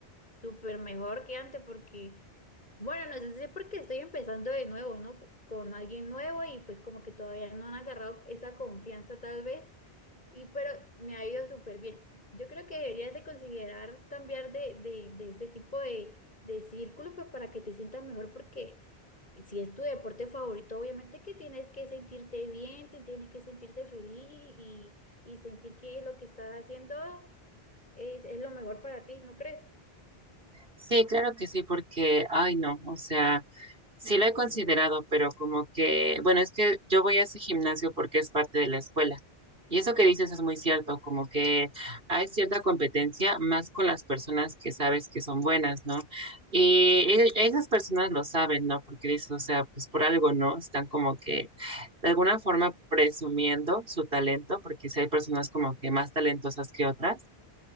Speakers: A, on the left; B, on the right.
A: súper mejor que antes porque, bueno, no sé si es porque estoy empezando de nuevo, ¿no? Con alguien nuevo y pues como que todavía no han agarrado esa confianza tal vez. Y pero me ha ido súper bien. Yo creo que deberías de considerar cambiar de, de, de ese tipo de, de círculo pues para que te sientas mejor porque si es tu deporte favorito, obviamente que tienes que sentirte bien, te tienes que sentirte feliz y, y sentir que lo que estás haciendo es, es lo mejor para ti, ¿no crees?
B: sí, claro que sí, porque, ay, no, o sea... Sí lo he considerado, pero como que, bueno, es que yo voy a ese gimnasio porque es parte de la escuela. Y eso que dices es muy cierto, como que hay cierta competencia más con las personas que sabes que son buenas, ¿no? Y e- esas personas lo saben, ¿no? Porque dices, o sea, pues por algo, ¿no? Están como que de alguna forma presumiendo su talento, porque si hay personas como que más talentosas que otras.